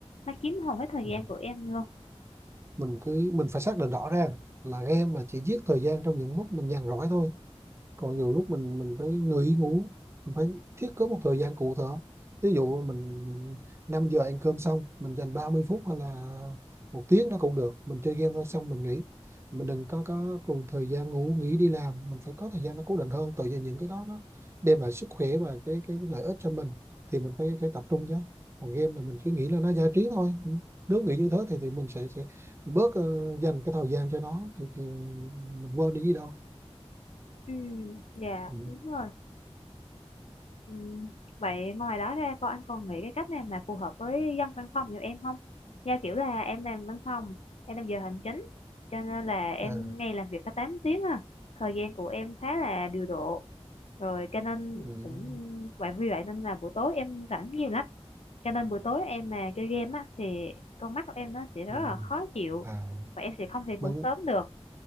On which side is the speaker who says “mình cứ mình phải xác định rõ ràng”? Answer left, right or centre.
Right